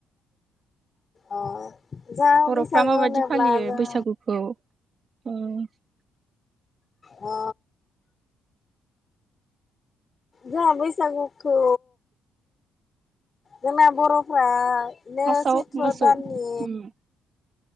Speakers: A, on the left; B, on the right.
A: अ जा
B: बर'फ्रा
A: बैसागु
B: माबायदि
A: होनोब्ला
B: फालियो
A: जों
B: बैसागुखौ <unintelligible>
A: अ। जों बैसागुखौ जोंना बर'फ्रा नो
B: फार्स्टआव
A: सैथ्र
B: मोसौ
A: दाननि
B: उम